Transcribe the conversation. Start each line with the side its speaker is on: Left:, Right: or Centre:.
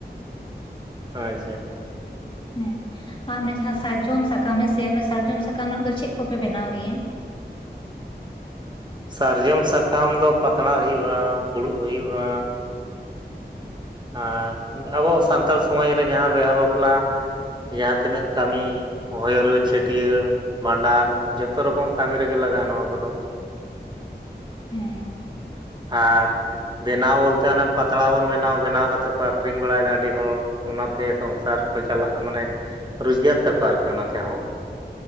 Right: ᱟᱪᱪᱷᱟ᱾
Left: ᱦᱮᱸ ᱟ ᱚᱱᱮ ᱡᱟᱦᱟᱸ ᱥᱟᱭᱡᱚᱢ ᱥᱟᱠᱟᱢ ᱦᱮᱸᱥᱮ ᱚᱱᱟ ᱥᱟᱨᱡᱚᱢ ᱥᱟᱠᱟᱢ ᱨᱮᱱᱟᱜ ᱫᱚ ᱪᱮᱜ ᱠᱚᱯᱮ ᱵᱮᱱᱟᱣ ᱜᱮᱭᱟ?
Right: ᱥᱟᱨᱡᱚᱢ ᱥᱟᱠᱟᱢ ᱫᱚ ᱯᱟᱛᱲᱟ ᱦᱩᱭᱩᱜᱼᱟ, ᱯᱷᱩᱲᱩᱜ ᱦᱩᱭᱩᱜᱼᱟ᱾ ᱟᱨ ᱟᱵᱚ ᱥᱟᱱᱛᱟᱞ ᱥᱚᱢᱟᱡᱽ ᱨᱮ ᱡᱟᱦᱟᱸ ᱵᱤᱦᱟᱹ ᱵᱟᱯᱞᱟ ᱡᱟᱸᱦᱟ ᱛᱤᱱᱟᱹᱜ ᱠᱟᱹᱢᱤ ᱦᱚᱭᱚ ᱨᱩᱣᱟᱹ, ᱪᱷᱟᱹᱴᱭᱟᱹᱲ ᱢᱟᱸᱰᱟᱱ ᱡᱚᱛᱚ ᱨᱚᱠᱚᱢ ᱠᱟᱢᱤ ᱨᱮᱜᱮ ᱞᱟᱜᱟᱜᱼᱟ ᱱᱚᱣᱟ ᱠᱚᱫᱚ᱾
Left: ᱦᱮᱸ
Right: ᱟᱨ ᱵᱮᱱᱟᱣ ᱵᱳᱞᱛᱮ ᱚᱱᱮ ᱯᱟᱛᱲᱟ ᱵᱚᱱ ᱵᱮᱱᱟᱣ, ᱵᱮᱱᱟᱣ ᱠᱟᱛᱮ ᱠᱚ ᱟᱠᱷᱨᱤᱧ ᱵᱟᱲᱟᱭᱮᱫᱟ ᱟᱰᱤ ᱦᱚᱲ᱾ ᱚᱱᱟᱛᱮ ᱥᱚᱝᱥᱟᱨ ᱠᱚ ᱪᱟᱞᱟᱜᱼᱟ ᱢᱟᱱᱮ ᱨᱳᱡᱽᱜᱟᱨ ᱛᱟᱹᱠᱚ ᱟᱨᱠᱤ ᱚᱱᱟ ᱛᱮᱦᱚᱸ᱾